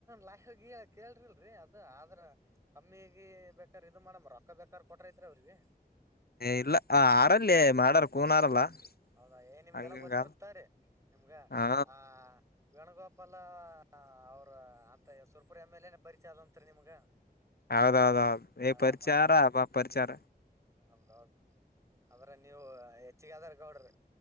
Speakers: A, on the right (about 20°); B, on the left (about 70°).
A: ಲಾಗ ಕೇಳ್ರಿಲ್ರರಿ ಅದ ಆದ್ರ ಕಮ್ಮಿಗೆ ಬೇಕಾರ ಇದು ಮಾಡಮ್ಮ ರೊಕ್ಕ ಬೇಕಾರ ಕೊಟ್ರೈತ್ರಿ ಅವ್ರಿಗೆ
B: ಇಲ್ಲ ಆರಲ್ಲಿ <unintelligible>
A: ಹೌದಾ ಹೇಯ್ ನಿಮ್ಗೆಲ್ಲ
B: ಹಂಗಂಗ
A: ಗೊತ್ತಿರುತ್ತೆ ತಗೋರಿ ನಿಮ್ಗ
B: ಹಾ
A: ಆ ವೇಣುಗೋಪ ಪಲ್ಲಾ ಅವ್ರ ಅಂತ ಸುರ್ಪುರ ಎಮ್ ಎಲ್ ನೆ ಪರಿಚಯ ಅದಂತ್ರಿ ನಿಮ್ಗ
B: ಹೌದೌದೌದು ಹಾ
A: ಆ
B: ಪರಿಚಾರ
A: ಮತ್ತೆ
B: ಪರಿಚಾರ
A: ಹೌದೌದು ಆದದ್ರ ನೀವು ಹೆಚ್ಚಿಗೆದಾರ್ ಗೌಡ್ರಿ